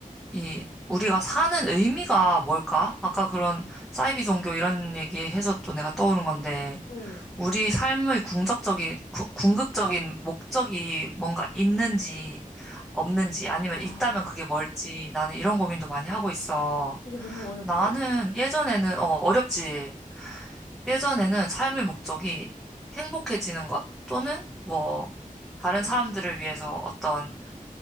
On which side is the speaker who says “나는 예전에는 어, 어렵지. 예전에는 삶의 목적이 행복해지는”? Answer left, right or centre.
Centre